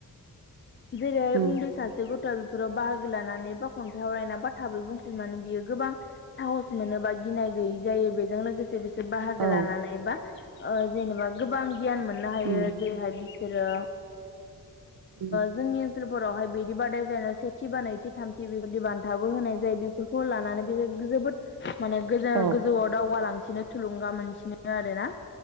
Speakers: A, on the left; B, on the right.
A: जेरै
B: उम
A: उन्दै सासे गथ' बेफोराव बाहागो लानानै बा खन्थाइ आवरायना बा थाबै बुंफिन मानो बियो गोबां साहस मोनोबा गिनाय गैयि जायो बेजों लोगोसे बिसोर बाहागो
B: औ
A: लानानै बा ओ जेनेबा गोबां गियान मोननो हायो
B: उम
A: जेरैहाय बिसोरो
B: उम
A: जोंनि ओ ओनसोल फोरावहाय बिदि बादायज्लायनाय सेथि बा नैथि थामथि बेफोरदि बान्थाबो होनाय जायो बेफोरखौ लानानै बे जोबोद माने गोजौ
B: औ
A: गोजौआव दावगालांसिनो थुलुंगा मोनसिनो आरो ना